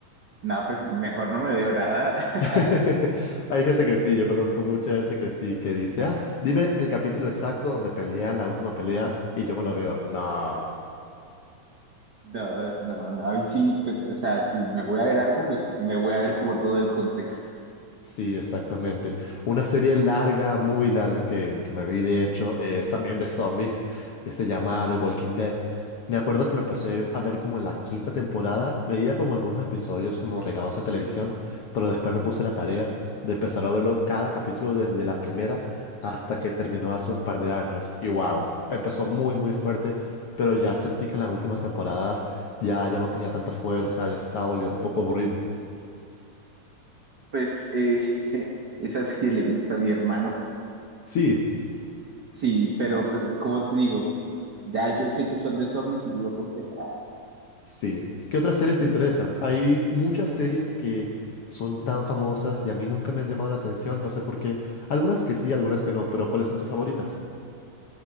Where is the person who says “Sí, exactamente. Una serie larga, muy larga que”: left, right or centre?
Left